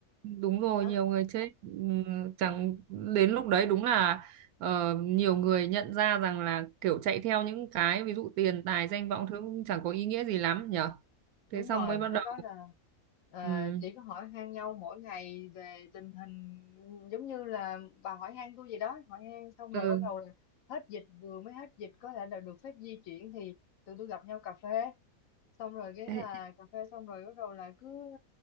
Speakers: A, on the right; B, on the left.
A: Đúng rồi,
B: đó.
A: nhiều người chết. Ừm, Chẳng đến lúc đấy đúng là ờ, nhiều người nhận ra rằng là kiểu chạy theo những cái ví dụ tiền tài danh vọng thứ cũng chẳng có ý nghĩa gì lắm nhở.
B: đúng
A: Thế xong
B: rồi
A: mới bắt
B: lúc
A: đầu
B: đó là ờ,
A: ừm,
B: chỉ có hỏi han nhau mỗi ngày về tình hình giống như là bà hỏi han tôi gì đó hỏi han xong rồi
A: ừ.
B: bắt đầu là hết dịch vừa mới hết dịch có thể là được phép di chuyển thì tụi tôi gặp nhau cà phê xong rồi cái
A: Thế,
B: là cà phê xong rồi bắt đầu là cứ